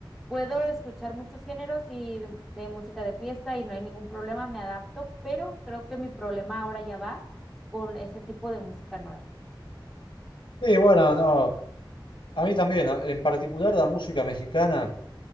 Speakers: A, in the centre; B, on the left (about 75°).
A: puedo escuchar muchos géneros y de, de música de fiesta y no hay ningún problema, me adapto, pero creo que mi problema ahora ya va con ese tipo de música nueva.
B: Y bueno, no, a mí también, a- en particular la música mexicana.